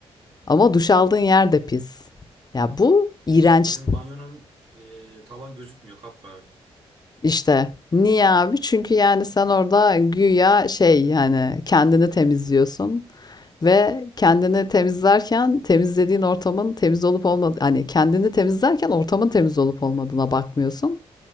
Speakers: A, on the left (about 35°); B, on the right (about 50°).
A: ama duş aldığın yer de pis. Ya bu
B: <laughs> Pis
A: iğrenç
B: bizim banyonun e, tavan gözükmüyor kapkara.
A: İşte niye abi? Çünkü yani sen orada güya şey yani kendini temizliyorsun ve kendini temizlerken temizlediğin ortamın temiz olup olmadı hani kendini temizlerken ortamın temiz olup olmadığına bakmıyorsun